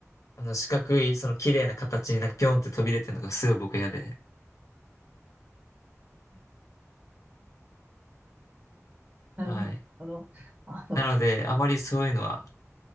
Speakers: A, on the left; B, on the right.
A: あの四角い、その綺麗な形になんかピョンって飛び出てるのがすごい僕は嫌で。
B: なるほど。
A: はい。
B: あ、そ
A: なので、あまりそういうのは、